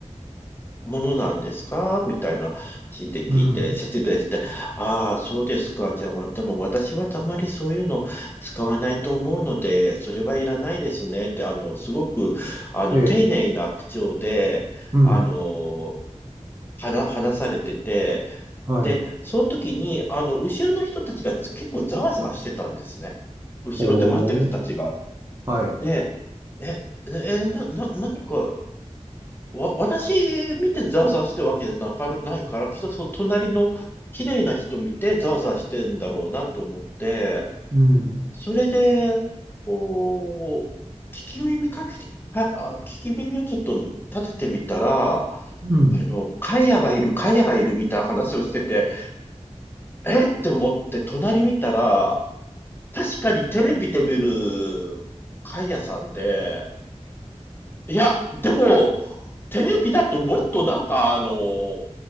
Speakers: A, on the left (about 20°); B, on the right (about 20°).
A: ものなんですかみたいな話で聞いて、
B: うん。
A: 説明して、ああ、そうですか。じゃあ、わでも私はあまりそういうの使わないと思うので、それはいらないですねって、あの、すごく、あの、
B: ええ。
A: 丁寧な口調で、
B: うん。
A: あの、話、話されてて、
B: はい。
A: で、その時に、あの、後ろの人たちが結構ざわざわしてたんですね。後ろで待ってる人たちが。
B: おー。はい。
A: で、え、え、えな、な、何か、わ、私見てざわざわしてるわけじゃなかる、ないから、きっとその隣の綺麗な人見てざわざわしてんだろうなと思って、
B: うん。
A: それで、こう、聞き耳かけて、か、あ、聞き耳をちょっと立ててみたら、
B: うん。
A: あの、カヤがいる、カヤがいるみたいな話をしてて、えって思って隣見たら、確かにテレビで見るカヤさんで、いや、でも、テレビだともっとなんかあの、大